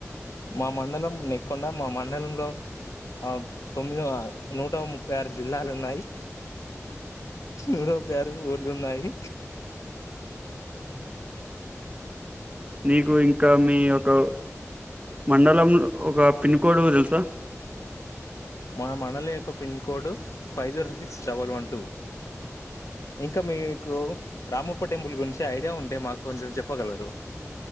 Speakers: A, on the left; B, on the right.
A: మా మండలం నెక్కొండ మా మండలంలో ఆ తొమ్మిదో నూట ముప్పై ఆరు జిల్లాలు ఉన్నాయి నూట ముప్పై ఆరు ఊర్లు ఉన్నాయి
B: నీకు ఇంకా మీ యొక మండలం ఒక పిన్ కోడ్ తెలుసా
A: మా మండలి యొక్క pin code five zero six double one two ఇంకా మీకు రామప్ప టెంపుల్ గురించి ఐడియా ఉంటే మాకు కొంచెం చెప్పగలరు